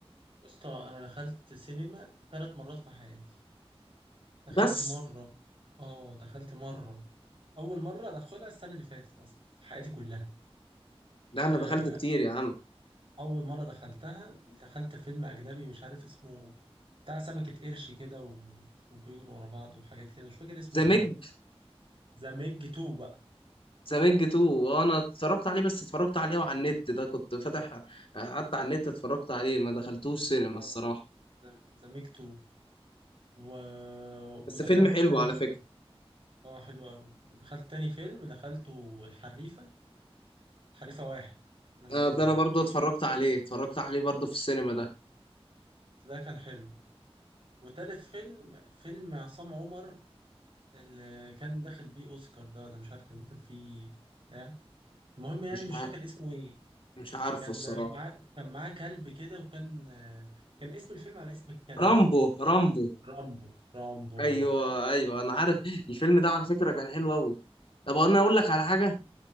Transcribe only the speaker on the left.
بس
ده انا
دخلت كتير يا عم
ذا ميج
ذا ميج 2 وانا اتفرجت عليه بس اتفرجت عليه وعلى النت ده كنت فاتح قعدت على النت اتفرجت عليه ما دخلتوش سينما
الصراحه
بس فيلم حلو
على
فكره
آه،
ده انا برضو اتفرجت عليه اتفرجت عليه برضو في السينما ده
مش
عارف
مش عارفه
الصراحه
رامبو رامبو
ايوه ايوه انا عارف الفيلم ده على فكره كان حلو قوي طب انا اقول لك على حاجه